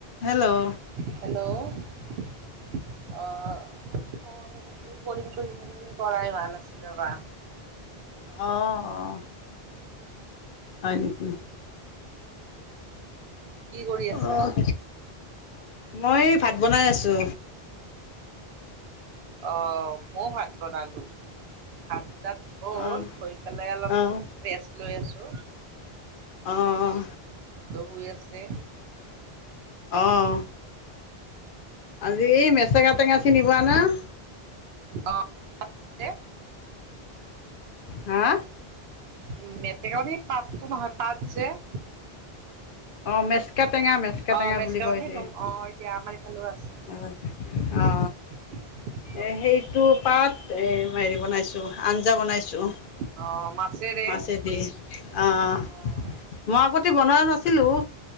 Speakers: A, on the left (about 65°); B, on the right (about 80°).
A: Hello
B: hello অ কৰিম কৰিম বুলি কৰাই হোৱা নাছিল ৰৱা
A: অহ অহ হয় নেকি <inaudible>
B: কি কৰি আছা।
A: অ', মই ভাত বনাই আছো।
B: অ মইও ভাত বনালো ভাত তাত হ'ল
A: অ',
B: হৈয় পেলাই অলপমান
A: অ',
B: ৰেষ্ট লৈ আছো।
A: অহ
B: হৈ আছে।
A: অহ আজি মেচেঙা টেঙা চিনিপোৱা না <inaudible>
B: অ <inaudible>
A: হা?
B: উ মেতেকা পাতটো নহয় পাত যে <inaudible>
A: অ মেচকা টেঙা মেচকা
B: অ',
A: টেঙা
B: মেচকা
A: বুলি কয়
B: সেই
A: যে
B: গম অ', দিয়া আমাৰ ইফালেও আছে।
A: অ অ
B: <unintelligible>
A: এ সেইটো পাত এ হেৰি বনাইছো আঞ্জা বনাইছো
B: অ',
A: <inaudible>
B: মাছেৰে
A: মাছেদি অহ
B: অ',
A: মই আগতে বনোৱা নাছিলো